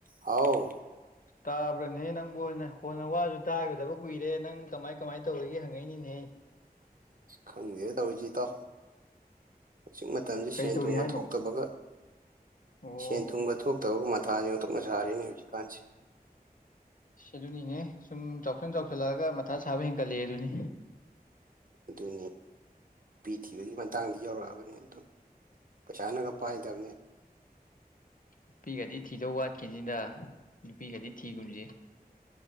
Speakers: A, on the right; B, on the left.
A: ꯍꯥꯎ
B: ꯇꯥꯕ꯭ꯔꯥꯅꯦꯍꯦ ꯅꯪꯕꯨ ꯑꯣꯏꯅ ꯀꯣꯟꯅ ꯋꯥꯁꯨ ꯇꯥꯒꯗꯕ ꯀꯨꯏꯔꯦ ꯅꯪ ꯀꯃꯥꯏ ꯀꯃꯥꯏꯅ ꯇꯧꯔꯤꯒꯦ ꯍꯪꯉꯛꯏꯅꯤꯅꯦꯍꯦ <unintelligible>
A: ꯈꯪꯗꯦ ꯇꯧꯔꯤꯁꯤꯠꯇꯣ ꯍꯧꯖꯤꯛ ꯃꯇꯝꯁꯦ
B: ꯀꯩ
A: ꯁꯦꯟ
B: ꯇꯧꯔꯤ
A: ꯊꯨꯝꯒ
B: ꯍꯥꯏꯅꯣ
A: ꯊꯣꯛꯇꯕꯒ
B: ꯑꯣ
A: ꯁꯦꯟ ꯊꯨꯝꯒ ꯊꯣꯛ ꯇꯧꯕ ꯃꯊꯥꯁ ꯑꯃ ꯊꯣꯛꯣꯛꯅ ꯁꯥꯔꯤꯅꯦ ꯍꯧꯖꯤꯛꯀꯥꯟꯁꯤꯦ
B: ꯁꯤ ꯑꯗꯨꯅꯤꯅꯦ ꯁꯨꯝ ꯆꯥꯎꯁꯟ ꯆꯥꯎꯁꯜꯂꯛꯑꯒ ꯃꯊꯥ ꯁꯥꯕ ꯍꯦꯟꯒꯠꯂꯛꯑꯦ ꯑꯗꯨꯅꯤ
A: ꯑꯗꯨꯅꯤ ꯅꯨꯄꯤ ꯊꯤꯕꯒꯤ ꯃꯇꯥꯡꯗ ꯌꯧꯔꯛꯑꯕꯅꯤ ꯑꯗꯨ ꯄꯩꯁꯥꯅꯒ ꯄꯥꯏꯗꯕꯅꯦ
B: ꯅꯨꯄꯤꯒꯗꯤ ꯊꯤꯗꯧ ꯋꯥꯠꯈꯤꯅꯤꯗ ꯅꯨꯄꯤꯒꯗꯤ ꯊꯤꯒꯨꯝꯁꯤ